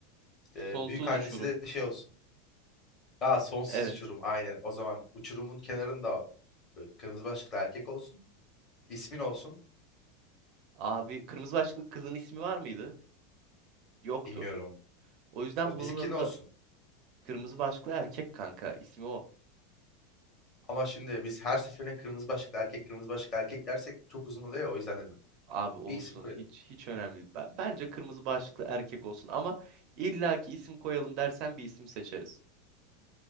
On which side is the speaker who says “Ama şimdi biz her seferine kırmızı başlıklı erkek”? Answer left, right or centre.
Left